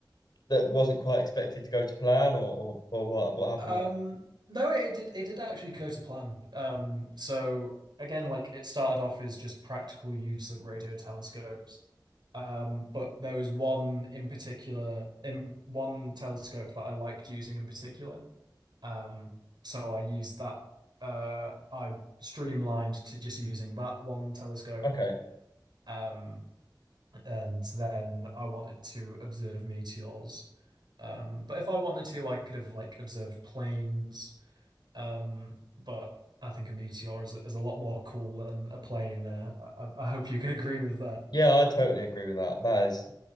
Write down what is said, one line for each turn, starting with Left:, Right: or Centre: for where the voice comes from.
Left: that wasn't quite expected to go to plan, or or, or what what happened
Right: Um,
Left: there?
Right: no, it, it did it did actually go to plan. Um, so again, like it started off as just practical use of radio telescopes. Um, but there was one in particular, in one telescope that I liked using in particular. Um, so I used that. Uh, I streamlined to just using that one telescope.
Left: Okay,
Right: Um, and then I wanted to observe meteors. Um, but if I wanted to, I could have like observed planes. Um, but I think a meteor is is a lot more cool than a plane. Uh, I, I hope you can <laughs> agree with that.
Left: yeah, I totally agree with that. That is